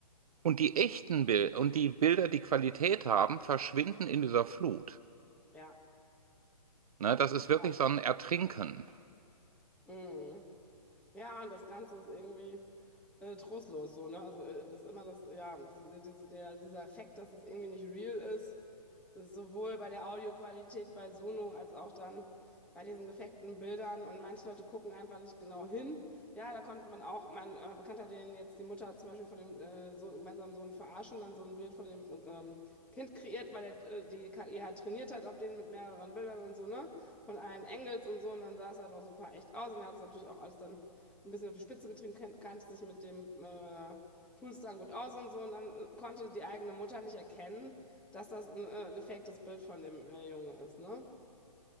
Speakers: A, on the right; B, in the centre.
A: Und die echten Bilder und die Bilder, die Qualität haben, verschwinden in dieser Flut.
B: Ja.
A: Ne, das ist wirklich
B: Oh.
A: so ein Ertrinken.
B: Mhm. Ja, und das Ganze ist irgendwie äh, trostlos so, ne? Also äh, das ist immer das, ja, diese, diese, der, dieser Effekt, dass es irgendwie nicht real ist, ist sowohl bei der Audioqualität bei Sono als auch dann bei diesen gefakten Bildern. Und manche Leute gucken einfach nicht genau hin. Ja, da konnte man auch, mein äh, Bekannter, den jetzt die Mutter zum Beispiel von dem äh, Sohn, gemeinsamen Sohn verarschen, dann so ein Bild von dem ähm, Kind kreiert, weil er äh, die KI halt trainiert hat auf den mit mehreren Bildern und so, ne? Von allen Engels und so. Und dann sah es halt auch super echt aus. Und er hat es natürlich auch alles dann ein bisschen auf die Spitze getrieben, ken- kannte sich mit dem äh, Tools-Dann gut aus und so. Und dann äh, konnte die eigene Mutter nicht erkennen, dass das ein äh, gefaktes Bild von dem äh, Jungen ist, ne?